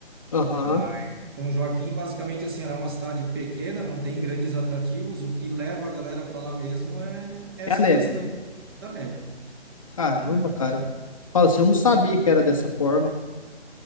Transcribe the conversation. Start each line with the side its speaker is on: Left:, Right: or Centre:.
Left: aham.
Right: Mas São Joaquim, basicamente, assim, ela é uma cidade pequena, não tem grandes atrativos. O que leva a galera para lá mesmo é essa
Left: É a
Right: questão
Left: neve.
Right: da neve,
Left: Caramba,
Right: né?
Left: cara. Fala assim, eu não sabia que era dessa forma.